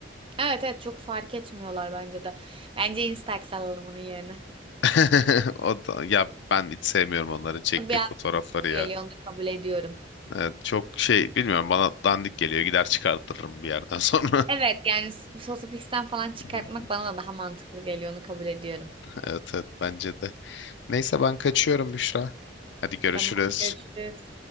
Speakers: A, on the right; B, on the left.
A: Evet evet çok fark etmiyorlar bence de. Bence Instax alalım onun yerine.
B: <laughs> O da, ya ben hiç sevmiyorum onların çektiği
A: Bir
B: fotoğrafları
A: geliyor
B: ya.
A: onu da kabul ediyorum.
B: Evet, çok şey bilmiyorum bana dandik geliyor gider çıkartırım bir yerden sonra.
A: Evet yani s- sosyopiksten falan çıkartmak
B: <laughs>
A: bana da daha mantıklı geliyor onu kabul ediyorum.
B: Evet evet bence de. Neyse ben kaçıyorum Büşra. Hadi görüşürüz.
A: Tamam görüşürüz.